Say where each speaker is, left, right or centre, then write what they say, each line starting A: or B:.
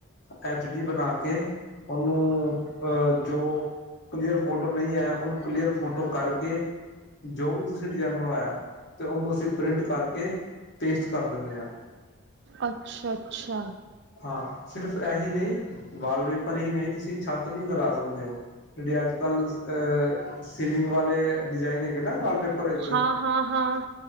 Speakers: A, on the left; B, on the right.
A: ਐਚ ਡੀ ਬਣਾ ਕੇ ਉਹਨੂੰ ਅਹ ਜੋ ਕਲੀਅਰ ਫੋਟੋ ਨਹੀਂ ਆਇਆ ਉਹਨੂੰ ਕਲੀਅਰ ਫੋਟੋ ਕਰਕੇ। ਜੋ ਵੀ ਤੁਸੀਂ ਡਿਜ਼ਾਇਨ ਬਣਵਾਇਆ ਤੇ ਉਹਨੂੰ ਅਸੀਂ ਪ੍ਰਿੰਟ ਕਰਕੇ। ਪੇਸਟ ਕਰ ਦਿੰਦੇ ਹਾਂ।
B: ਅੱਛਾ-ਅੱਛਾ,
A: ਹਾਂ, ਸਿਰਫ਼ ਇਹੀ ਨਹੀਂ ਵਾਲਪੇਪਰ ਹੀ ਨਹੀਂ ਤੁਸੀਂ ਛੱਤ ਵੀ ਕਰਾ ਸਕਦੇ ਹੋ। ਜਿਹੜੇ ਅੱਜ ਕੱਲ੍ਹ ਅਹ ਸੀਲਿੰਗ ਵਾਲੇ ਡਿਜ਼ਾਈਨ ਹੈਗੇ ਨਾ ਵਾਲਪੇਪਰ ਵਿੱਚ।
B: ਹਾਂ ਹਾਂ ਹਾਂ